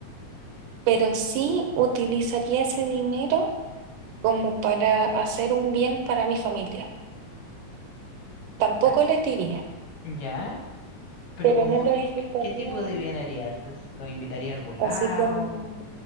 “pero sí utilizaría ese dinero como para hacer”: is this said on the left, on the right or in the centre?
Right